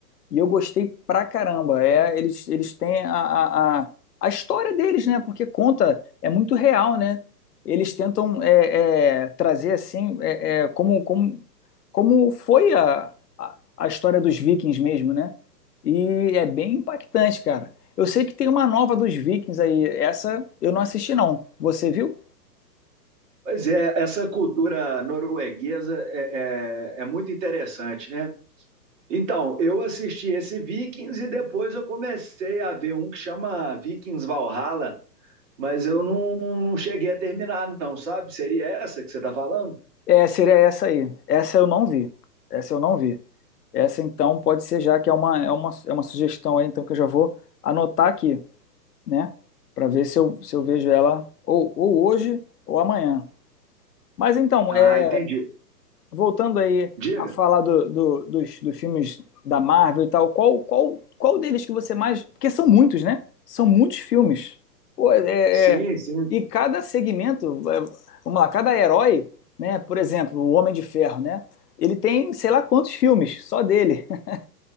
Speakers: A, on the left (about 65°); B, on the right (about 50°).
A: E eu gostei pra caramba. É, eles, eles têm a, a, a, a história deles, né? Porque conta, é muito real, né? Eles tentam é, é, trazer assim, é, é, como, como, como foi a, a, a história dos Vikings mesmo, né? E é bem impactante, cara. Eu sei que tem uma nova dos Vikings aí. Essa eu não assisti, não. Você viu?
B: Pois é, essa cultura norueguesa é, é é muito interessante, né? Então, eu assisti esse Vikings e depois eu comecei a ver um que chama Vikings Valhalla, mas eu não, não cheguei a terminar, não, sabe? Seria essa que você está falando?
A: É, seria essa aí. Essa eu não vi. Essa eu não vi. Essa então pode ser já que é uma, é uma, é uma sugestão aí, então que eu já vou anotar aqui, né? Para ver se eu, se eu vejo ela ou, ou hoje ou amanhã. Mas então,
B: Ah,
A: é.
B: entendi.
A: Voltando aí
B: Diga.
A: a falar do- do- dos, dos filmes da Marvel e tal, qual, qual, qual deles que você mais. Porque são muitos, né? São muitos filmes. Pô, é,
B: Sim,
A: é-
B: sim.
A: E cada segmento, é, vamos lá, cada herói, né? Por exemplo, o Homem de Ferro, né? Ele tem sei lá quantos filmes, só dele. <laughs>